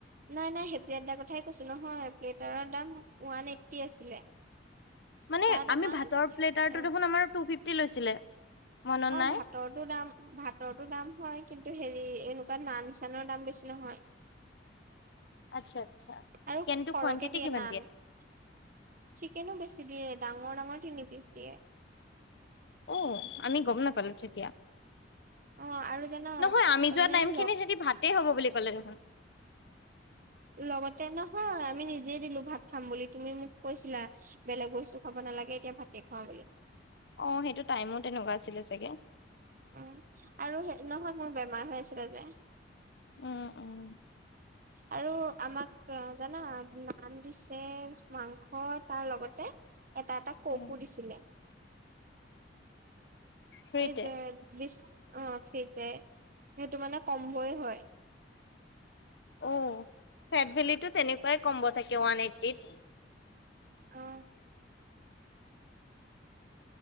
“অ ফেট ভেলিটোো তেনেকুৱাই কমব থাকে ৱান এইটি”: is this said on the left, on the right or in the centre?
Left